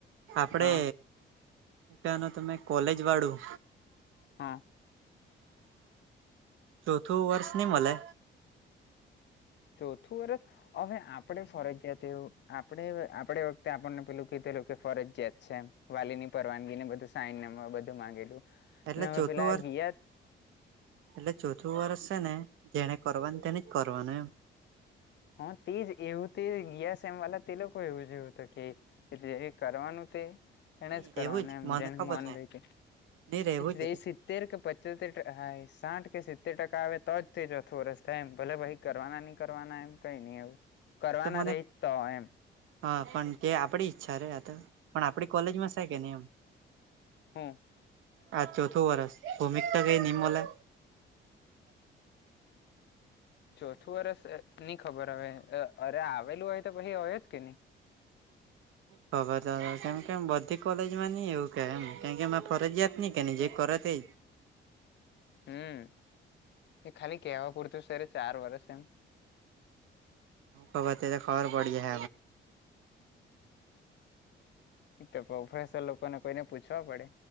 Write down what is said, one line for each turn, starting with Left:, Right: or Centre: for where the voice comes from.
Right: આપડે
Left: હા
Right: ત્યાં નો તમે કોલેજ વાળું.
Left: હા.
Right: ચોથું વર્ષ ની મલે.
Left: ચોથું વર્ષ હવે આપડે ફરજિયાત તે આપણે આપણે વખતે આપણને પેલું કીધેલુ ફરજ જયાત છે એમ વાલીની. પરવાનગી ને બધું સાઈન બધું માંગેલું.
Right: એટલે
Left: ને હવે
Right: ચોથું
Left: પેલા
Right: વર્ષ
Left: ગયા
Right: એટલે ચોથું વર્ષ છે ને. જેને કરવાનું તેને જ કરવાનું એમ.
Left: હ તે જ એવું તે ગેસ એમ વાલા તે લોકો એવું જોવું હત કે કે જે કરવાનું તે. તેને
Right: નહી
Left: જ કરો
Right: એવું
Left: અને
Right: મને
Left: જેને
Right: ખબર
Left: મોન ને જ
Right: નહી રે એવું જ
Left: રેશ. તેર કે પચોતેર ટકા હ સાઠ કે સિત્તેર ટકા આવે તો જ થ ચોથો વ રસ થાય એમ ભલે ભાઈ કરવાના નહી કરવાના એમ કઈ નહી એ કરવાના
Right: તે તો મને
Left: રહી જતા હો એમ.
Right: હા પણ તે આપડી ઈચ્છા રે આ તો પણ આપણી કોલેજમાં છે કે નહી એમ?
Left: હમ્મ.
Right: આા ચોથું વરસ ભૂમિકતા કઈ નિમોલ.
Left: ચોથું વરષ નઈ ખબર હવે અરે આવેલું હોય તો પછી હોય જ કે નહી.
Right: ખબર તો કેમ કે બધી કોલેજ માં નઈ એવું કે એમ કેમ કે એમાં ફરજયાત નહી કે ન જે કરે તે
Left: હમ્મ એ ખાલી કેવા પૂરતું સર ચાર વર્ષ એમ.
Right: પબતે તો ખબર બડી હ.
Left: એ તો પ્રોફસર લોકોને કોઈને પૂછવા પડે?